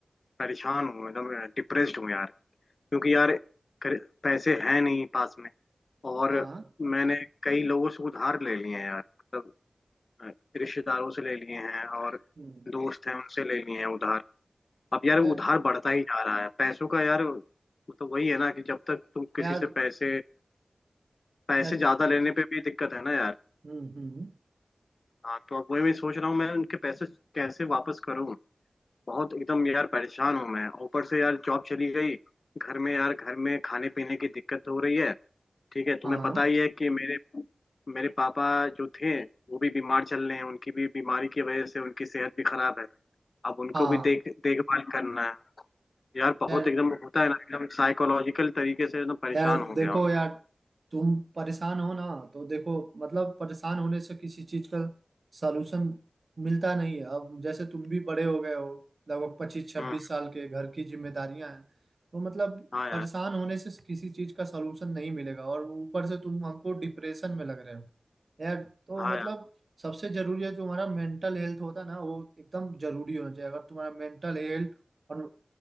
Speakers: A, on the left; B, on the right.
A: परेशान हूँ एकदम डिप्रेस्ड हूँ यार क्योंकि यार कर- पैसे हैं नहीं पास में और
B: हाँ
A: मैंने कई लोगों से उधार ले लिए हैं यार मतलब अ, रिश्तेदारों से ले लिए हैं और
B: हम्म
A: दोस्त हैं उनसे ले लिए हैं उधार अब यार उधार
B: यार
A: बढ़ता ही जा रहा है पैसों का यार मतलब वही है ना कि जब तक तुम किसी
B: यार
A: से पैसे पैसे
B: यार
A: ज्यादा लेने पे भी दिक्कत है ना यार
B: हम्म हम्म
A: हाँ तो अब वही मैं सोच रहा हूँ मैं उनके पैसे कैसे वापस करूँ बहुत एकदम यार परेशान हूँ मैं ऊपर से यार जॉब चली गई घर में यार घर में खाने पीने की दिक्कत हो रही है ठीक है तुम्हें
B: हाँ
A: पता ही है कि मेरे मेरे पापा जो थे वो भी बीमार चल रहे हैं उनकी भी बीमारी की वजह से उनकी सेहत भी खराब है अब उनको
B: हाँ
A: भी देख देखभाल करना है यार बहुत
B: यार
A: एकदम होता है ना एकदम साइकोलॉजिकल तरीके से एकदम परेशान
B: यार
A: हो
B: देखो
A: गया हूँ मैं
B: यार तुम परेशान हो ना तो देखो मतलब परेशान होने से किसी चीज का सलूशन मिलता नहीं है अब जैसे तुम भी बड़े हो गए हो लगभग पच्चीस छब्बीस
A: हम्म,
B: साल के घर की जिम्मेदारियां हैं तो मतलब
A: हाँ यार
B: परेशान होने से किसी चीज का सलूशन नहीं मिलेगा और ऊपर से तुम हमको डिप्रेशन में लग रहे हो यार तो
A: हाँ
B: मतलब
A: यार
B: सबसे जरूरी है जो हमारा मेंटल हेल्थ होता है ना वो एकदम जरूरी होना चाहिए अगर तुम्हारा मेंटल हेल्थ और